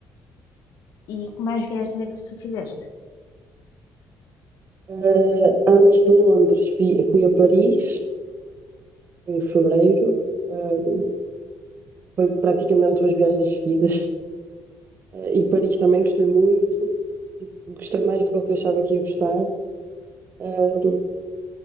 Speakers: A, on the left (about 65°); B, on the right (about 35°).
A: E que mais viagens é que tu fizeste?
B: Eh, antes de Londres, fui, fui a Paris, foi em fevereiro, eh, foi praticamente duas viagens seguidas. Eh, e Paris também gostei muito, tipo, gostei mais do que eu achava que ia gostar. Ah,